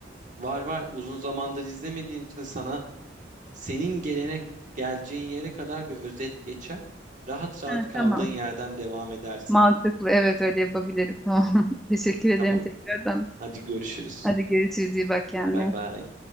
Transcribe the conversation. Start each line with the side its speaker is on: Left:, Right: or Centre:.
Right: Var var uzun zamandır izlemediğin için sana senin gelene geleceğin yere kadar bir özet geçer. Rahat rahat
Centre: Ha,
Right: kaldığın
Centre: tamam.
Right: yerden devam edersin.
Centre: Mantıklı. Evet öyle yapabilirim. <laughs> Tamam. <laughs> Teşekkür ederim
Right: Tamam?
Centre: tekrardan.
Right: Hadi görüşürüz.
Centre: Hadi görüşürüz. İyi bak kendine.
Right: Bay bay.